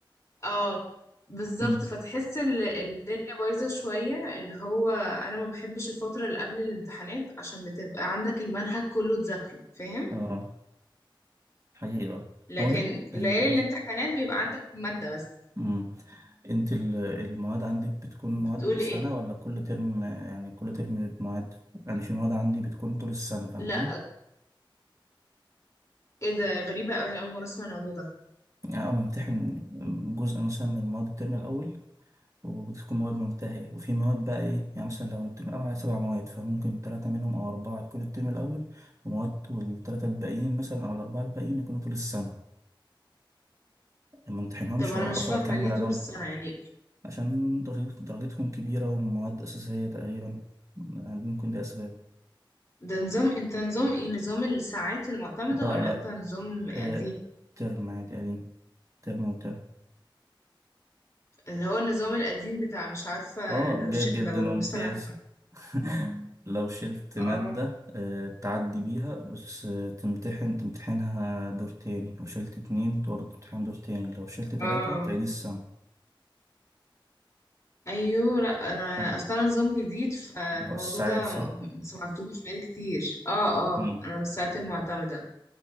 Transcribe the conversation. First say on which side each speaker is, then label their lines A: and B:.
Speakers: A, on the left; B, on the right.
A: اه بالظبط
B: امم
A: فتحس ال- الدنيا بايظة شوية اللي هو أنا ما بحبش الفترة اللي قبل الامتحانات عشان بتبقى عندك المنهج كله تذاكره فاهم
B: اه حقيقة
A: لكن
B: هو انت ال...
A: ليالي الامتحانات بيبقى عندك مادة بس
B: امم انت ال- المواد عندك بتكون
A: بتقولي
B: مواد سنة
A: ايه
B: ولا كل ترم يعني كل ترم مواد يعني في مواد عندي بتكون طول السنة فاهماني؟
A: لا ايه ده غريبة أوي أنا أول مرة أسمع الموضوع ده
B: يعني أنا بمتحن جزء مثلا من مواد الترم الأول وبتكون مواد منتهية وفي مواد بقى إيه يعني مثلا لو الترم الأول على سبع مواد فممكن تلاتة منهم أو أربعة تكون الترم الأول ومواد والتلاتة الباقيين مثلا أو الأربعة الباقيين يكونوا طول السنة ما امتحنهمش
A: طب أنا
B: وآخد
A: مش فاهمة
B: أكمل
A: ليه
B: عليهم
A: طول السنة يعني
B: عشان درج- درجتهم كبيرة ومواد أساسية تقريبا يعني ممكن دي أسباب
A: ده نظام انت نظام ايه نظام الساعات المعتمدة
B: لا
A: ولا
B: لا
A: انت نظام قديم
B: آه، ترم عادي قديم ترم وترم
A: اللي هو النظام القديم بتاع مش عارفة
B: اه
A: لو
B: جيد
A: ش...
B: جدا
A: لو
B: وامتياز
A: مثلا
B: <laughs> لو شلت مادة
A: اه
B: آه، تعدي بيها بس آه، تمتحن تمتحنها دور تاني لو شلت اتنين برضه تمتحن دور تاني لو شلت تلاتة
A: اه
B: تعيد
A: آه.
B: السنة
A: ايوه لا انا
B: آه،
A: اصلا نظام جديد فالموضوع
B: الساعات
A: ده
B: صح؟
A: م- ما سمعتوش بقالي كتير اه
B: مم.
A: اه انا من الساعات المعتمده